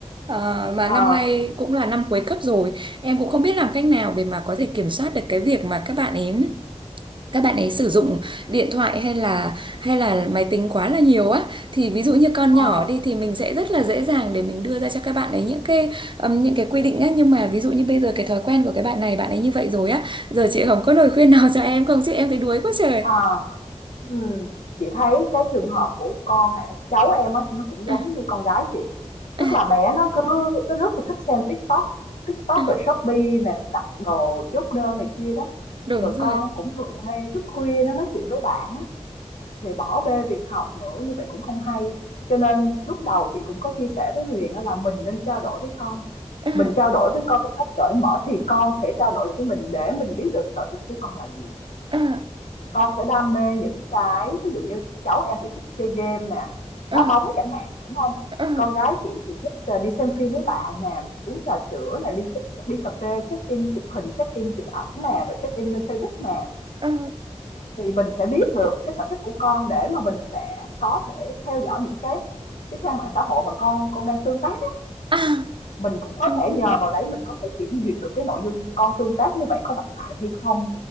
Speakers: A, on the right (about 45°); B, on the left (about 85°).
A: Ờ, mà
B: Ờ.
A: năm nay cũng là năm cuối cấp rồi em cũng không biết làm cách nào để mà có thể kiểm soát được cái việc mà các bạn ấy các bạn ấy sử dụng điện thoại hay là hay là máy tính quá là nhiều á thì ví dụ như con
B: Ờ,
A: nhỏ đi thì mình sẽ rất là dễ dàng để mình đưa ra cho các bạn ấy những cái ừm, những cái quy định á nhưng mà ví dụ như bây giờ cái thói quen của cái bạn này bạn ấy như vậy rồi á giờ chị Hồng có lời khuyên <laughs> nào cho em không chứ em thấy đuối quá trời
B: ờ, ừm, chị thấy cái trường hợp của con ạ, cháu em á thì nó cũng giống
A: à,
B: như con gái chị tức
A: à,
B: là bé nó cứ nó rất là thích xem TikTok TikTok
A: à,
B: rồi Shopee nè đặt đồ chốt đơn này kia đó
A: đúng
B: rồi
A: rồi
B: con cũng thường hay thức khuya nó nói chuyện với bạn á thì bỏ bê việc học nữa như vậy cũng không hay cho nên lúc đầu chị cũng có chia sẻ với Huyền á là mình nên trao đổi với con
A: à,
B: mình trao đổi với con một cách cởi mở thì con sẽ trao đổi lại với mình để mình biết được sở thích của con là gì
A: à,
B: Con sẽ đam mê những cái ví dụ như cháu em thì thích chơi game nè, đá
A: à,
B: bóng chẳng hạn, đúng không
A: à,
B: Con gái chị thì thích, ờ, đi xem phim với bạn nè, uống trà sữa nè, đi đi cà phê, check-in chụp hình, check-in chụp ảnh nè, rồi check-in lên Facebook nè.
A: à,
B: Thì mình sẽ biết được cái sở thích của con để mà mình sẽ có thể theo dõi những cái cái trang mạng xã hội mà con con đang tương tác á,
A: à,
B: mình cũng có
A: à.
B: thể nhờ vào đấy mình có thể kiểm duyệt được cái nội dung con tương tác như vậy có độc hại hay không.